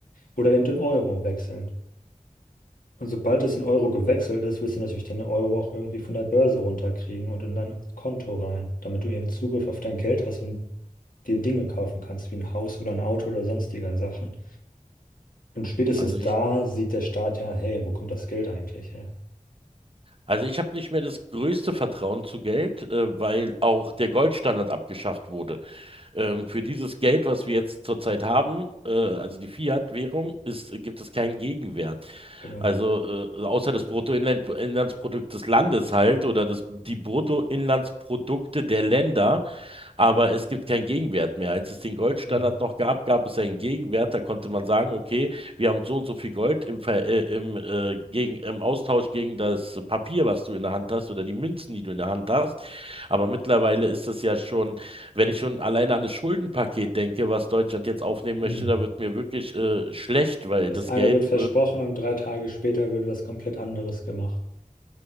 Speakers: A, on the left; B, on the right.
A: oder eben den Euro wechseln. Und sobald es in Euro gewechselt ist, willst du natürlich deinen Euro auch irgendwie von der Börse runterkriegen und in dein Konto rein, damit du eben Zugriff auf dein Geld hast und dir Dinge kaufen kannst, wie ein Haus oder ein Auto oder sonstiger Sachen. Und spätestens
B: Also ich,
A: da sieht der Staat ja, hey, wo kommt das Geld eigentlich her?
B: also ich habe nicht mehr das größte Vertrauen zu Geld, äh, weil auch der Goldstandard abgeschafft wurde. Ähm, für dieses Geld, was wir jetzt zurzeit haben, äh, also die Fiat-Währung, ist, gibt es keinen Gegenwert.
A: Genau.
B: Also äh, außer des Bruttoinlandsprodukt des Landes halt oder des, die Bruttoinlandsprodukte der Länder aber es gibt keinen Gegenwert mehr. Als es den Goldstandard
A: Mhm.
B: noch gab, gab es einen Gegenwert. Da konnte man sagen, okay, wir haben so und so viel Gold im, Ver äh, im, äh, gegen, im Austausch gegen das Papier, was du in der Hand hast oder die Münzen, die du in der Hand hast. Aber mittlerweile ist es ja schon, wenn ich schon alleine an das Schuldenpaket denke, was Deutschland jetzt aufnehmen
A: Mhm.
B: möchte, da wird mir wirklich äh, schlecht, weil
A: Das
B: das
A: eine
B: Geld
A: wird versprochen
B: wird,
A: und drei Tage später wird was komplett anderes gemacht.